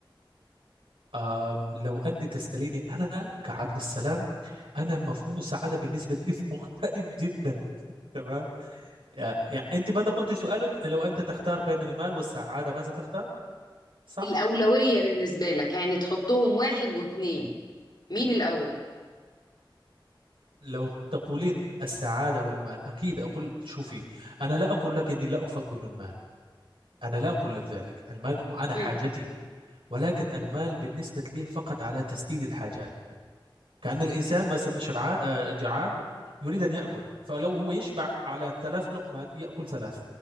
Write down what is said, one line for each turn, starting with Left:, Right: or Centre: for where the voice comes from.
Right: آه لو أنت تسأليني أنا كعبد السلام أنا مفهوم السعادة بالنسبة لي <laughs> مختلف جدا تمام يعني أنت ماذا قلت سؤالك لو أنت تختار بين المال والسعادة ماذا تختار صح؟
Left: الأولوية بالنسبة لك يعني تحطهم واحد واتنين مين الأول
Right: لو تقولين السعادة والمال أكيد أقول شوفي أنا لا أقول لك إني لا أفضل المال أنا لا أقول لك ذلك المال أنا حاجتي
Left: امم
Right: ولكن المال بالنسبة لي فقط على تسديد الحاجات كأن الإنسان مثلا شبعان آه، جعان يريد أن يأكل فلو هو يشبع على ثلاث لقمات يأكل ثلاث